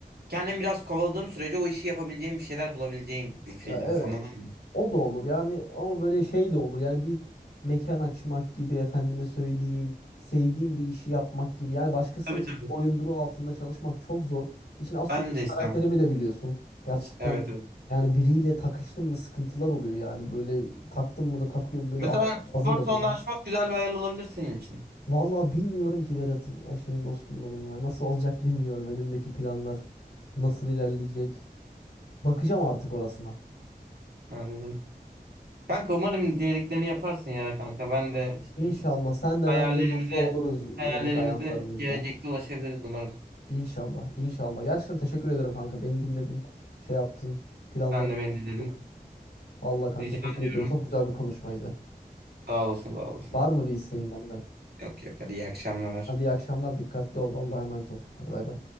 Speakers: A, on the right; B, on the left.
A: kendim biraz kovaladığım sürece o işi yapabileceğim bir şeyler bulabileceğim bir freelance
B: ya evet
A: anladın mı?
B: o da olur yani ama böyle şey de olur yani bir mekan açmak gibi efendime söyleyeyim sevdiğim bir işi yapmak gibi yani başkasının
A: Tabii tabii.
B: boyunduruğu altında çalışmak çok zor. İçin az
A: Ben
B: çok
A: de istemem.
B: karakterimi de biliyorsun. Gerçekten
A: Evet evet.
B: yani biriyle takıştım mı sıkıntılar oluyor yani böyle taktım mı da takıyorum böyle
A: Mesela
B: ağzım,
A: ben spor
B: ağzım da
A: salonunda
B: duruyor.
A: açmak güzel bir hayal olabilir senin için.
B: Vallahi bilmiyorum ki Berat'ım. Ya şey dostum benim ya. Nasıl olacak bilmiyorum. Önümdeki planlar nasıl ilerleyecek. Bakacağım artık orasına.
A: Anladım. Kanka umarım dediklerini yaparsın ya kanka. Ben de işte
B: İnşallah sen de
A: hayallerimize
B: ben de mutlu oluruz ileriki
A: hayallerimize
B: hayatlarımızda.
A: gelecekte ulaşabiliriz umarım.
B: İnşallah, inşallah. Gerçekten teşekkür ederim kanka. Beni dinledin, şey yaptın, planlarımı
A: Sen de beni dinledin.
B: tuttuk. Allah kanka
A: Rica
B: teşekkür
A: ediyorum.
B: ediyorum. Çok güzel bir konuşmaydı.
A: Sağ olasın, sağ olasın.
B: Var mı bir isteğin benden?
A: Yok yok, hadi iyi akşamlar.
B: Hadi iyi akşamlar, dikkatli ol. Allah'a emanet ol. Hadi bay bay.